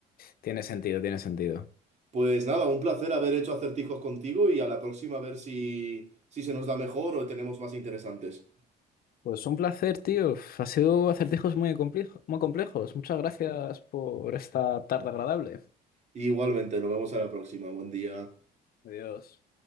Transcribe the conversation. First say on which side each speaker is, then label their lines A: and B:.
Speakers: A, on the left (about 60°); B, on the right (about 45°).
A: Tiene sentido, tiene sentido.
B: Pues nada, un placer haber hecho acertijos contigo y a la próxima a ver si, si se nos da mejor o tenemos más interesantes.
A: Pues un placer, tío. Ha sido acertijos muy complejo- muy complejos. Muchas gracias por esta tarde agradable.
B: Igualmente, nos vemos a la próxima. Buen día.
A: Adiós.